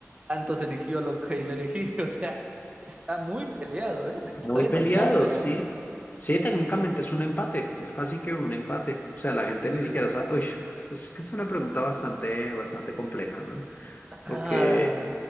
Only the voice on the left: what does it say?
Muy
peleados,
sí. Sí, técnicamente es un empate, es casi que un empate. O sea, la
gente ni siquiera sabe. Uy, es que es una pregunta bastante, bastante compleja, ¿no? Porque